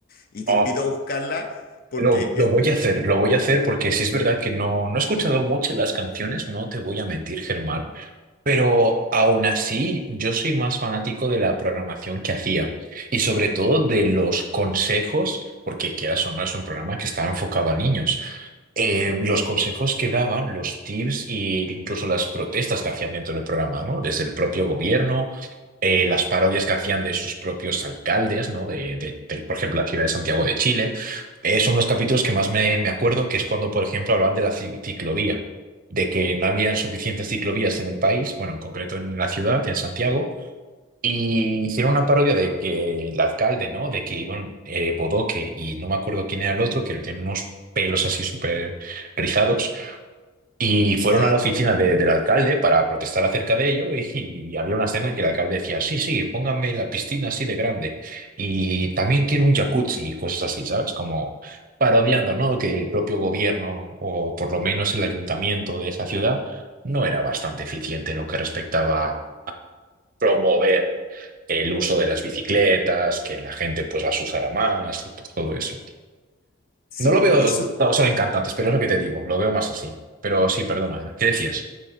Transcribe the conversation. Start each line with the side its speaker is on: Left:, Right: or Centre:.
Left: Y te
Right: Oh,
Left: invito a buscarla porque,
Right: lo, lo
Left: el-
Right: voy a hacer, lo voy a hacer porque sí es verdad que no, no he escuchado mucho las canciones, no te voy a mentir, Germán. Pero aún así, yo soy más fanático de la programación que hacían y sobre todo de los consejos, porque quieras o no es un programa que estaba enfocado a niños eh, los consejos que daban, los tips e incluso las protestas que hacían dentro del programa, ¿no? Desde el propio gobierno, eh, las parodias que hacían de sus propios alcaldes, ¿no? De, de- de, por ejemplo, la ciudad de Santiago de Chile. Eh, son los capítulos que más me, me acuerdo, que es cuando, por ejemplo, hablaban de la ci- ciclovía, de que no habían suficientes ciclovías en el país, bueno, en concreto en la ciudad, en Santiago y hicieron una parodia de que el alcalde, ¿no? De que iban eh, Bodoque y no me acuerdo quién era el otro, que tiene unos pelos así súper rizados. Y
Left: ¿ya?
Right: fueron a la oficina de- del alcalde para protestar acerca de ello y, y había una escena en que el alcalde decía, sí, sí, pónganme la piscina así de grande y también quiero un jacuzzi y cosas así, ¿sabes? Como parodiando, ¿no? Que el propio gobierno o por lo menos el ayuntamiento de esa ciudad no era bastante eficiente en lo que respectaba promover el uso de las bicicletas, que la gente pues las usará más y pues, todo eso.
Left: Sí,
Right: No lo veo,
Left: eso,
Right: no, son encantantes, pero es lo que te digo, lo veo más así. Pero sí, perdona, ¿qué decías?